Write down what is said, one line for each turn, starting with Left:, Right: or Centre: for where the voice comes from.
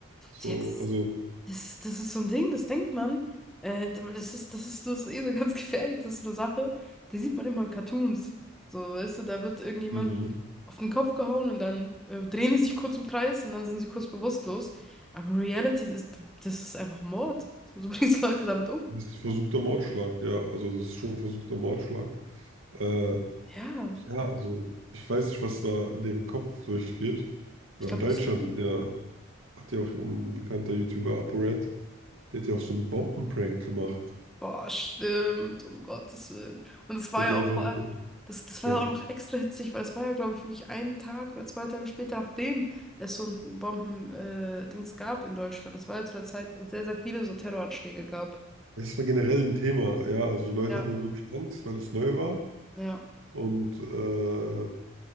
Right: So,
Centre: Sie hätte
Right: also,
Centre: Das ist, das ist so ein Ding, das denkt man. Äh, weil das ist, das ist, das ist eh so <laughs> ganz gefährlich, das ist so eine Sache. Die sieht man immer in Cartoons. So, weißt du, da wird irgendjemand
Right: Mhm.
Centre: auf den Kopf gehauen und dann äh, drehen die sich kurz im Kreis und dann sind sie kurz bewusstlos. Aber Reality ist, das ist einfach Mord. So, du <laughs> bringst Leute damit um.
Right: das ist versuchter Mordschlag, ja, also das ist schon ein versuchter Mordschlag. Äh,
Centre: Ja,
Right: ja, also, ich weiß nicht, was da in deren Kopf durchgeht.
Centre: ich
Right: Oder
Centre: glaube
Right: in Deutschland
Centre: nicht so viel.
Right: hat ja, hat ja auch ein bekannter YouTuber, ApoRed, der hat ja auch so einen Bombenprank gemacht.
Centre: Boah, stimmt, um Gottes Willen. Und es war
Right: Der hat
Centre: ja
Right: ja
Centre: auch
Right: einfach
Centre: vor
Right: so,
Centre: allem, das, das
Right: ja.
Centre: war ja auch noch extra hitzig, weil es war ja, glaube ich, wirklich einen Tag oder zwei Tage später, nachdem es so ein Bomben-Dings äh, Dings gab in Deutschland. Das war ja zu der Zeit, wo es sehr, sehr viele so Terroranschläge gab.
Right: Es war generell ein Thema, ja, also Leute
Centre: Ja,
Right: hatten ja wirklich Angst, weil es neu war.
Centre: Ja.
Right: Und äh,